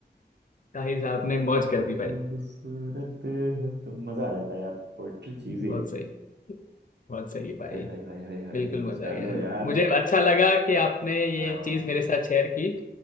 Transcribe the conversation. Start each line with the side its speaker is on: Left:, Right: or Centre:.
Left: ताहिर साहब
Right: बहुत
Left: ने मौज कर दी
Right: खूबसूरत
Left: भाई
Right: हो तुम मजा आ जाता है यार पोइट्री चीज
Left: बहुत
Right: ही ऐसी
Left: सही
Right: है
Left: बहुत सही है भाई
Right: हाय हाय हाय हाय हाय
Left: बिल्कुल मजा
Right: चलो
Left: आ गया
Right: यार
Left: मुझे अच्छा लगा कि आपने ये
Right: हाँ
Left: चीज मेरे साथ शेयर की